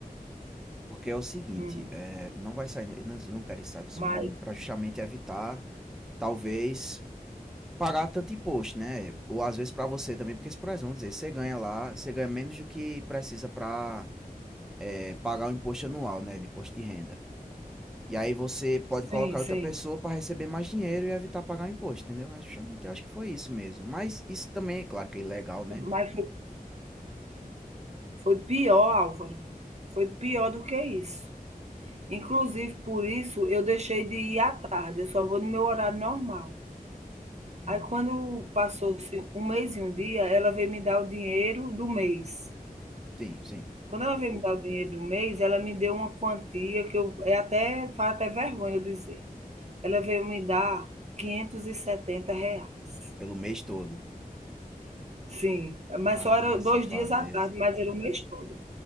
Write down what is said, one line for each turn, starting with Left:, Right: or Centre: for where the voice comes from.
Centre: Porque é o seguinte,
Right: hum,
Centre: é, não vai sair, eu não- não quero que saia do seu
Right: mas
Centre: nome, para justamente evitar, talvez, pagar tanto imposto, né? Ou às vezes pra você também, porque, por exemplo, vamos dizer, você ganha lá, você ganha menos do que precisa pra é, pagar o imposto anual, né? De imposto de renda. E aí você pode
Right: sim,
Centre: colocar
Right: sim.
Centre: outra pessoa pra receber mais dinheiro e evitar pagar o imposto, entendeu? É, Justamente eu acho que foi isso mesmo. Mas isso também, é claro que é ilegal, né?
Right: Mas foi foi pior, Álvaro, foi pior do que isso. Inclusive, por isso, eu deixei de ir à tarde, eu só vou no meu horário normal.
Centre: Hum,
Right: Aí, quando passou assim, um mês e um dia, ela veio me dar o dinheiro do mês.
Centre: sim, sim.
Right: Quando ela veio me dar o dinheiro do mês, ela me deu uma quantia que eu é até, faz até vergonha eu dizer. Ela veio me dar 570 reais.
Centre: Pelo mês todo.
Right: Sim, mas
Centre: Ah,
Right: só era 2
Centre: safadeza.
Right: dias à tarde, mas era o mês todo.